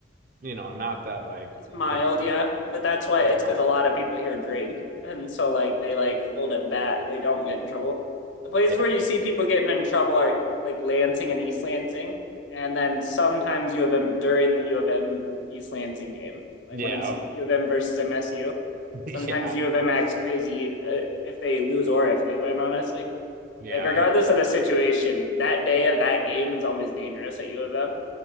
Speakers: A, on the right; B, on the left.
A: you know, not that like
B: It's mild,
A: it's,
B: yeah. But that's why
A: it's
B: it's
A: mine.
B: because a lot of people here drink. And so like they like hold it back. They don't get in trouble. The places
A: Yeah.
B: where you see people getting in trouble are like Lansing and East Lansing. And then sometimes U of M during the U of M East Lansing game. Like
A: Yeah,
B: when it's U of M versus MSU.
A: <laughs>
B: Sometimes
A: Yeah.
B: U of M acts crazy uh, if they lose or if they win, honestly.
A: Yeah,
B: Like regardless of the situation, that day of that game is always dangerous at U of M.